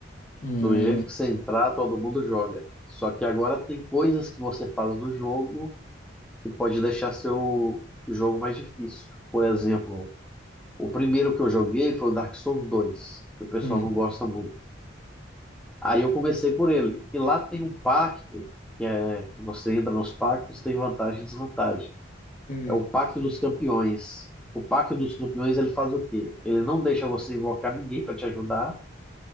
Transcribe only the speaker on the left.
Hum,
hum.
Entendi,